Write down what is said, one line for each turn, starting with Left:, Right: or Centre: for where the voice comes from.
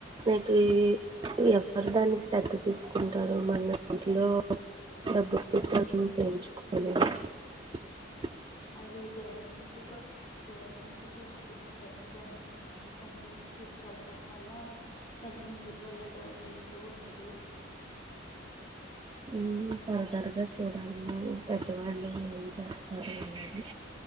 Right: నేటి ఎవరు దాన్ని శ్రద్ధ తీసుకుంటారు. మన ఇంట్లో డబ్బు పెట్టకోని చేయించుకో అవున
Left: అది గవర్మెంంటుగా గవర్ గవర్నమెంట్ చూసుకునే పని దాన్ని ఒకసారి కంప్లైంట్ తీసుకెళ్ళడం వల్ల. పని ముందుకు వెళ్ళడం వెళ్తూ ఉంటది.
Right: ఉహ్మ్ తరతరగా చూడాలీ. పెద్దవాళ్ళు ఏం చేస్తారు అన్నది.